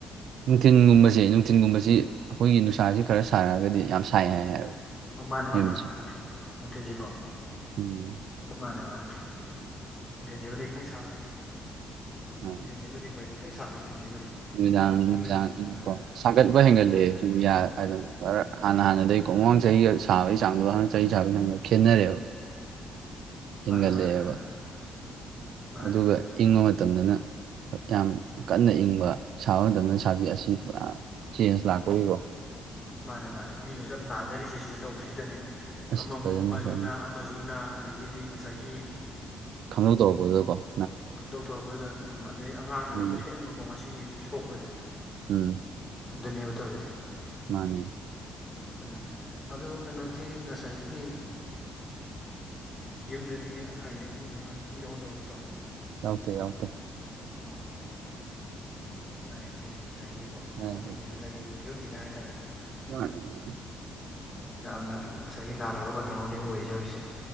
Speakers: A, on the right; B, on the left.
A: ꯅꯨꯡꯊꯤꯟꯒꯨꯝꯕꯁꯦ ꯅꯨꯡꯊꯤꯟꯒꯨꯝꯕꯁꯤ ꯑꯩꯈꯣꯏꯒꯤ ꯅꯨꯡꯁꯥꯁꯤ ꯈꯔ ꯁꯥꯔꯛꯑꯒꯗꯤ ꯌꯥꯝ ꯁꯥꯏ ꯍꯥꯏ ꯍꯥꯏꯕ
B: ꯑꯣ ꯃꯥꯅꯦ ꯃꯥꯅꯦ
A: ꯌꯨꯝꯁꯤ
B: ꯅꯨꯡꯊꯤꯟ ꯅꯨꯡꯊꯤꯟꯁꯤꯀꯣ
A: ꯎꯝ
B: ꯃꯥꯅꯦ ꯃꯥꯅꯦ ꯊꯤꯟꯁꯤꯕꯗꯤꯈꯤꯇꯪ ꯁꯕꯩꯂ
A: ꯑꯥ
B: ꯅꯨꯡꯊꯤꯟꯁꯤꯃꯗꯤ ꯍꯣꯏ ꯈꯤꯇꯪ ꯁꯥꯕ ꯅꯨꯡꯊꯤꯟꯁꯤꯃꯗꯤ
A: ꯅꯨꯃꯤꯗꯥꯡ ꯅꯨꯅꯨꯡꯗꯥꯡ
B: ꯅꯨꯃꯤꯠꯅ ꯑꯥ
A: ꯀꯣ ꯁꯥꯒꯠꯄ
B: ꯑꯥ
A: ꯍꯦꯟꯒꯠꯂꯑꯦ
B: ꯑꯥ
A: ꯁꯨꯝ ꯌꯥ ꯈꯔ ꯍꯥꯟꯅ ꯍꯥꯟꯅꯗꯒꯤꯩ ꯀꯣꯡꯃꯥꯡ ꯆꯍꯤꯒ ꯁꯥꯕꯒꯤ ꯆꯥꯡꯗꯣ ꯍꯅꯛ ꯆꯍꯤ ꯁꯥꯕꯒꯤ ꯆꯥꯡꯗꯣ ꯈꯦꯠꯅꯔꯦꯕ
B: ꯃꯥꯅꯦ
A: ꯍꯦꯟꯒꯠꯂꯛꯑꯦꯕ
B: ꯃꯥꯅꯦ ꯃꯥꯅꯦ ꯃꯥꯅꯦ
A: ꯑꯗꯨꯒ ꯏꯪꯕ ꯃꯇꯝꯗꯅ ꯌꯥꯝ ꯀꯟꯅ ꯏꯪꯕ ꯁꯥꯕ ꯃꯇꯝꯗꯅ ꯁꯥꯕꯤ ꯑꯁꯤ ꯄꯨꯔꯥ ꯆꯦꯟꯖ
B: ꯎꯝ
A: ꯂꯥꯛꯀꯣꯔꯤꯀꯣ
B: ꯃꯥꯅꯦ ꯃꯥꯅꯦ ꯃꯤꯅꯁꯨ ꯌꯥꯝ ꯅꯥꯟꯅꯔꯤꯁꯦ ꯁꯤꯗ ꯇꯧ ꯁꯤꯗꯅꯦ
A: ꯑꯁ ꯐꯖꯅ
B: ꯑꯃꯁꯨ
A: ꯐꯖꯅ
B: ꯅꯥ ꯑꯃꯁꯨ ꯅꯥ ꯑꯗꯒꯤꯗꯤ ꯉꯁꯥꯏꯒꯤ
A: ꯇꯣꯀꯣ
B: ꯀꯇꯧꯊꯧꯣꯔꯛꯄꯗꯨꯗ ꯎ ꯑꯗꯩ ꯑꯉꯥꯡꯗꯨꯅꯁꯨ
A: ꯎꯝ
B: ꯍꯦꯟꯕꯀꯣ ꯃꯁꯤꯒꯤ ꯁꯣꯛꯄꯁꯦ
A: ꯎꯝ
B: ꯑꯗꯨꯅꯦꯕ ꯇꯧꯔꯤꯁꯦ
A: ꯃꯥꯅꯦ
B: ꯑꯗꯨꯅꯤ ꯑꯗꯨ ꯀꯩꯅꯣꯗꯤ ꯉꯁꯥꯏꯒꯤ ꯌꯨꯝꯗꯗꯤ ꯑꯅꯥ ꯑꯌꯦꯛ ꯑꯃ ꯑꯃ ꯑ ꯌꯥꯎꯍꯟꯗꯕ ꯅꯠꯇ꯭ꯔꯣ
A: ꯌꯥꯥꯎ ꯇ ꯌꯥꯦ
B: ꯑꯣ ꯑꯅꯥ ꯑꯌꯦꯛꯁꯦ ꯉꯁꯥꯏꯒꯤꯀꯣ
A: ꯃꯥꯅꯦ
B: ꯑꯗꯒꯤ ꯂꯩꯔꯤꯕ ꯐꯤꯕꯝꯁꯤꯗ ꯍꯥꯏꯇꯥꯔꯦꯀꯣ
A: ꯃꯥꯅꯦ ꯃꯥꯅꯦ
B: ꯌꯥꯝꯅ ꯉꯁꯥꯏꯒꯤ ꯅꯥꯅꯕ ꯃꯇꯝ ꯑꯃ ꯑꯣꯏꯔꯤꯁꯦ ꯍꯧꯖꯤꯛꯁꯦ